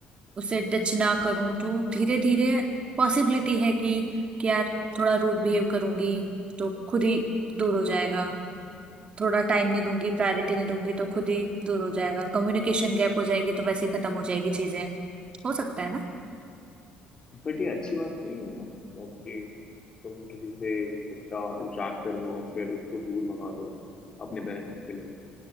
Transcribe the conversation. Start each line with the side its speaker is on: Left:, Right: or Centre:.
Right: उसे डिच ना करूं तो धीरे धीरे पॉसिबिलिटी है कि कि यार थोड़ा रूड बिहेव करूंगी तो खुद ही दूर हो जाएगा थोड़ा टाइम नहीं दूंगी प्रायोरिटी नहीं दूंगी तो खुद ही दूर हो जाएगा कम्युनिकेशन गैप हो जाएगी तो वैसे ही खत्म हो जाएगी चीजें हो सकता है ना
Left: बट ये अच्छी बात नहीं है मतलब कि तुम किसी से इतना इंटरेक्ट करो और फिर उसको दूर भगा दो अपने बेनिफिट के लिए